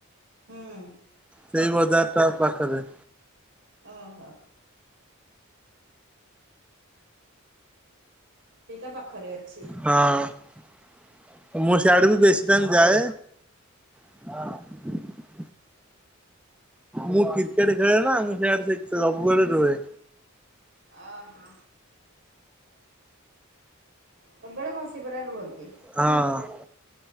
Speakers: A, on the right (about 60°); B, in the centre.
A: ହୁଁ।
B: ସେଇ ବଜାର ଟା ପାଖରେ।
A: ଓହୋ। ସେଇଟା ପାଖରେ ଅଛି।
B: ହଁ ମୁଁ ସିଆଡକୁ ବେଶୀ ଟାଇମ ଯାଏ। ହଁଅଁ। ମୁଁ କ୍ରିକେଟ ଖେଳେନା ମୁଁ ସିଆଡେ ସେସ ସବୁବେଳେ ରୁହେ।
A: ଅ ହ। ସବୁବେଳେ ଘଷିପୁରାରେ ରୁହନ୍ତି।
B: ହଁ।